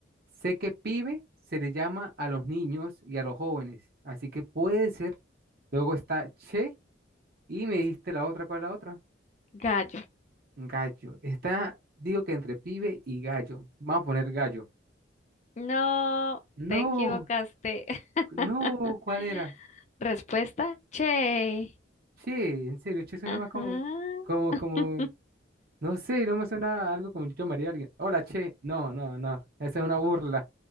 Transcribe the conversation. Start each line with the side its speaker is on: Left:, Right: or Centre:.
Right: Sé que pibe se le llama a los niños y a los jóvenes. Así que puede ser. Luego está che y me dijiste la otra, ¿cuál es la otra?
Left: Gallo.
Right: Gallo. Está, digo que entre pibe y gallo. Vamos a poner gallo.
Left: No,
Right: No,
Left: te equivocaste. <laughs>
Right: no, ¿cuál era?
Left: Respuesta, che.
Right: Che, en serio, che suena
Left: Ajá.
Right: más como, como,
Left: <laughs>
Right: como, no sé, no me suena a algo como yo llamaría a alguien. Hola, che. No, no, no. Esa es una burla.